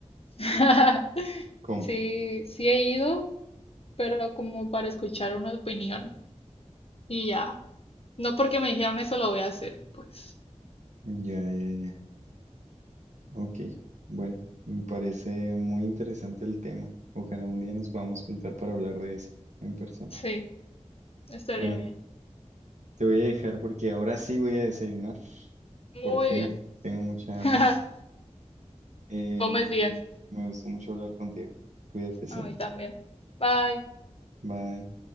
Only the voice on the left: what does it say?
<laughs>
sí, sí he ido, pero como para escuchar una opinión y ya, no porque me dijeron eso lo voy a hacer, pues
sí, estaría
bien,
muy
bien,
<laughs>
comes bien,
a mí también, bye.